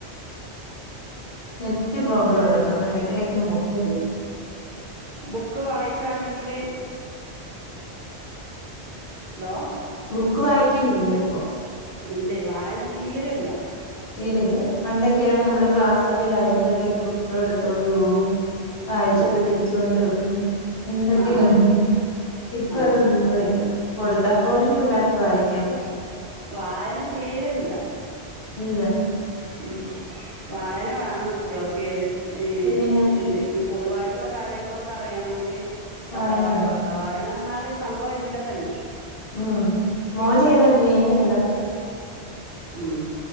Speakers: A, on the left; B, on the right.
A: നെറ്റ് പ്രോബ്ലോംണ്ട് തോന്നുണ്ട് ഇടക്ക് മുറിഞ്ഞ് പോകുന്നു
B: ബുക്ക് വായിക്കാണെങ്കില് ഹലോ
A: ബുക്ക് വായി റ്റില്ല ഇപ്പൊ
B: ഇല്ലേ വായന തീരല്ല
A: തീരെയില്ലാ പണ്ടൊക്കെയാന്ന് നമ്മള് ക്ലാസ്സില് ലൈബ്രറീന്ന് പുസ്കം എടുത്തോണ്ട് പോവും വായിച്ചിട്ട്
B: ആ
A: തിരിച്ച്കൊണ്ട് വെക്കും. എന്തൊക്കെ
B: ആ
A: കഥകൾ
B: അതെ
A: ഇപ്പൊ
B: ആ
A: അതൊന്നുല്ല കൊടുത്താ പോലും
B: ഇപ്പം
A: പിള്ളേർക്ക് വായിക്കാൻ വയ്യാ
B: വായന തീരെല്ല
A: ഇല്ല
B: ഉം ഉം വായന വാണം കു <unintelligible> ഏ
A: പിന്നെ
B: എന്തെങ്കി പൊതുവായിട്ടുള്ള കാര്യങ്ങളൊക്കെ അറിയണെങ്കില് പത്രവാ
A: വായന വേണം
B: പത്ര വായന അറിഞ്ഞാല് സംഭവം ഇല്ല തന്നെ
A: ഉം മോന് ഏതാ മീനേ ഏതാ
B: ഉം